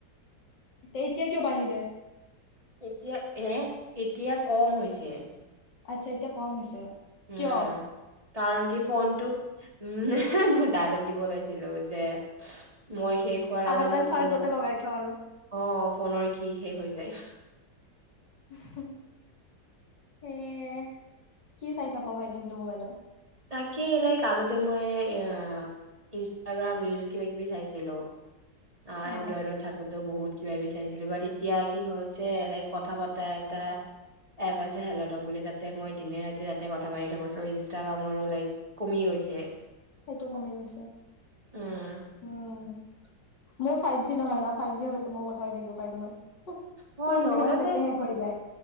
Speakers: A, on the left; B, on the right.
A: এতিয়া কিয় বাঢ়িলে
B: এতিয়া এ এতিয়া কম হৈছে
A: আচ্ছা এতিয়া কম হৈছে
B: উম
A: কিয়
B: কাৰণ কি ফোনটো উম মই ডাইলগ দিব লাগাইছিলো যে মই শেষ হোৱাৰ
A: আধা
B: আগত
A: টাইম
B: মোৰ
A: চাৰ্জতে
B: ফোনৰ
A: লগাই থ আৰু
B: অ ফোনৰ ঘি শেষ হৈছে সেই
A: উম এইএ এ কি চাই থাক ভাই দিনটো মোবাইলত
B: তাকেই লাইক আগতে মই এ ইনষ্টাগ্ৰাম ৰিলচ কিবা কিবি চাইছিলো আই
A: অ
B: এড্ৰইডত থাকোতে বহুত কিবা বিচাৰিছিলো বা তেতিয়া কি হৈছে এনেক কথা বতা এটা এবাৰছে হেলতক বুলি তাতে মই দিনে ৰাতি দিনে ৰাতিয়ে কথা পাতি থাকব চ' ইনষ্টাগ্ৰামৰো লাইক কমি গৈছে
A: সেইটো কমি গৈছে
B: উম
A: উম মোৰ ফাইভ জি নহয় ন ফাইভ জি হলেতো মই কথা থাকিব পাৰিলো হয় মোৰ
B: মই নহয়তে
A: আজি কালি নেটে শেষ হৈ যায়